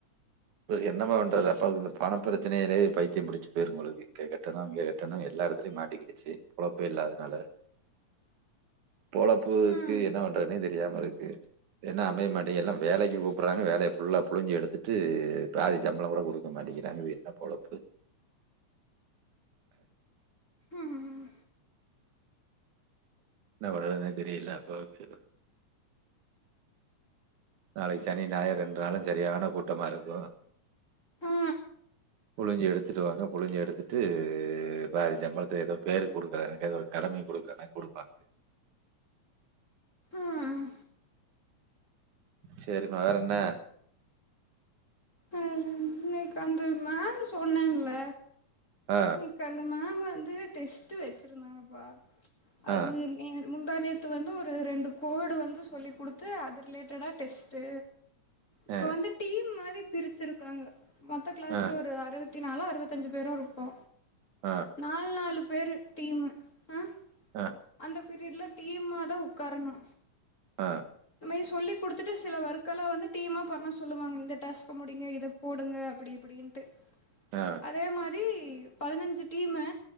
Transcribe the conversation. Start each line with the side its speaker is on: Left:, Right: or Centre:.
Right: இப்ப என்னமா பண்றது அப்பாக்கு இந்த பண பிரச்சனையிலே பைத்தியம் பிடிச்சு போயிரு போலருக்கு இங்க கட்டணு அங்க கட்டணு எல்லா எடத்துலயு மாட்டிக்கிடுச்சு பொழப்பே இல்லாதனால
Left: <inaudible>
Right: பொழப்புக்கு
Left: ம்
Right: என்ன பண்றதுன்னே தெரியாம இருக்கு என்ன அமைய மாட்டேங்கு எல்லா வேலைக்கு கூப்புட்றாங்க வேலைய ஃபுல்ல புழிஞ்சு எடுத்துட்டு இது பாதி சம்பள கூட குடுக்க மாட்டேங்கிறாங்க இது என்ன பொழப்பு
Left: ம்
Right: என்ன பண்றதுனே தெரியில அப்பாக்கு நாளைக்கு சனி ஞாயிறு ரெண்டு நாளு சரியான கூட்டமா இருக்கு
Left: ஆ
Right: புழிஞ்சி எடுத்துடுவாங்க புழிஞ்சி எடுத்துட்டு பாதி சம்பளத்த ஏதோ பேருக்கு கொடுக்கறத எனக்கு ஏதோ கடமைக்கு குடுக்கற மேர் குடுப்பாங்க
Left: ம்
Right: சேரிம்மா வேற என்ன
Left: அ இன்னைக்கு அந்த மேம் சொன்னாங்கல்ல
Right: ஆ
Left: கு அந்த மேம் வந்து டெஸ்ட்டு வச்சிருந்தாங்கப்பா அது
Right: ஆ
Left: ஏ முந்தாநேத்து வந்து ஒரு ரெண்டு கோடு வந்து சொல்லி்க் கொடுத்து அது ரிலேட்டடா டெஸ்ட்டு இப்ப
Right: ஆ
Left: வந்து டீம் மாரி பிரிச்சிருக்காங்க மொத்த கிளாஸ்ல
Right: ஆ
Left: ஒரு அறுவத் தி நாலோ அறுவத்தஞ்சு பேரு இருப்போ
Right: ஆ
Left: நாலு நாலு பேரு டீமு ஆ
Right: ஆ ஆ
Left: அந்த பீரியட்ல டீமா தா உக்காரணு
Right: ஆ
Left: நம்ம இத சொல்லி்க் குடுத்துட்டு சில ஒர்க்கெல்லா வந்து டீமா பண்ண சொல்லுவாங்க இந்த டாஸ்க்கு முடிங்க இத போடுங்க அப்டி இப்டின்ட்டு
Right: ஆ
Left: அதே மாரி பதினஞ்சு டீம்மு